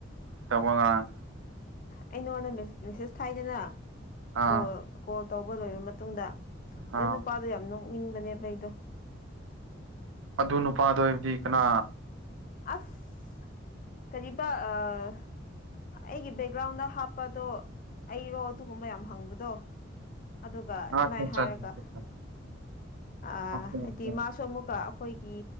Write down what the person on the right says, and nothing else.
ꯇꯧꯕ ꯉꯔꯥꯡ
ꯑꯥ
ꯑꯥ
ꯑꯗꯨ ꯅꯨꯄꯥꯗꯣ ꯍꯥꯏꯕꯗꯤ ꯀꯅꯥ
ꯑꯠꯆꯥ
ꯑꯠꯆꯥ
ꯑꯣꯀꯦ ꯑꯣꯀꯦ